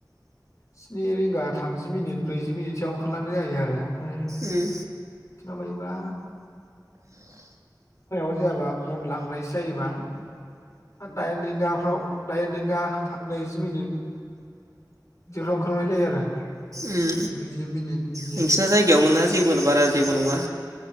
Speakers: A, on the left; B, on the right.
A: स्नि रिंगा थामजि मिनिट ब्रैजि मिनिट सोआव ओंखारलांनाय जायो आरो। फ्राय
B: उम
A: <unintelligible> बायबा <unintelligible> जाबा बन लांनाय जायोबा। दाइन रिंगाफ्राव दाइन रिंगा नैजि मिनिट। जोहां खालामनाय जायो आरो।
B: उम
A: <unintelligible> बिदि
B: नोंसिना <unintelligible> बारा जेबो नङा।